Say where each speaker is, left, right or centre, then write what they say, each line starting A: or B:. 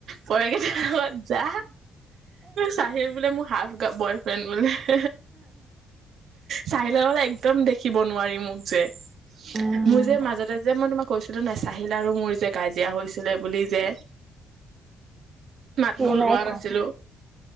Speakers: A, on the right; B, on the right.
A: পয়েৰ কেই <unintelligible> যা চাহিল বোলে মোৰ হাফ বয় ফ্ৰেণ্ড বোলে <unintelligible> চাহিলৰ লগত একদম দেখিব নোৱাৰি মোক যে
B: উম
A: <unintelligible> মোৰ যে মাজতে যে মই তোমাক কৈছিলো নাই চাহিল আৰু মোৰ যে কাজিয়া হৈছিলে বুলি যে মাতবোৰ
B: কি নাই
A: লোৱা
B: কোৱা
A: নাছিলো। <unintelligible>